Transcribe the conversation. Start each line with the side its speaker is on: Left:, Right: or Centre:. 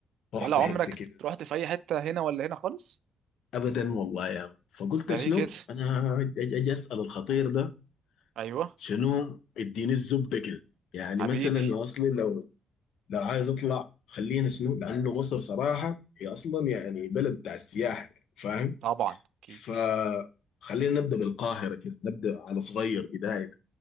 Left: رحت
Right: ولا عمرك
Left: حته كده
Right: رحت في اي حته هنا ولا هنا خالص
Left: ابدا والله يا مان. فقلت
Right: ده
Left: شنو
Right: ليه كده
Left: انا اجي اجي اسال الخطير ده
Right: ايوه
Left: شنو اديني الزبده كده يعني
Right: حبيبي
Left: مثلا يا اصلي لو لو عايز اطلع خلينا شنو لانه مصر صراحه هي اصلا يعني بلد بتاع السياحه يعني فاهم
Right: طبعا اكيد
Left: فخلينا نبدا بالقاهره كده نبدا على صغير بدايه